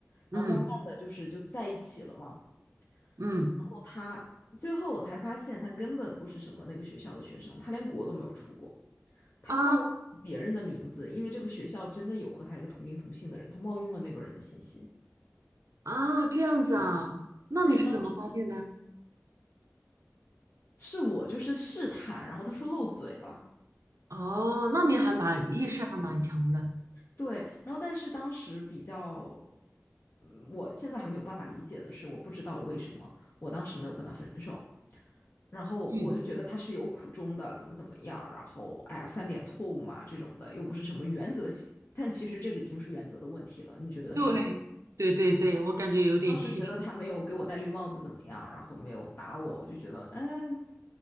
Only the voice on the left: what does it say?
然后慢慢的就是就在一起了嘛。
然后他最后我才发现，他根本不是什么那个学校的学生，他连国都没有出过，他冒用别人的名字，
因为这个学校真的有和他一个同名同姓的人，他冒用了那个人的信息。
但是当时是我就是试探，然后他说漏嘴了，
对，然后但是当时比较，嗯我现在还没有办法理解的是，我不知道为什么我当时没有跟他分手，然后我就觉得他是有苦衷的，
怎么怎么样，然后哎呀犯点错误嘛这种的，又不是什么原则性，但其实这个已经是原则的问题了，你觉得是吧？
当时觉得他没有给我戴绿帽子怎么样，然后没有打我，我就觉得嗯，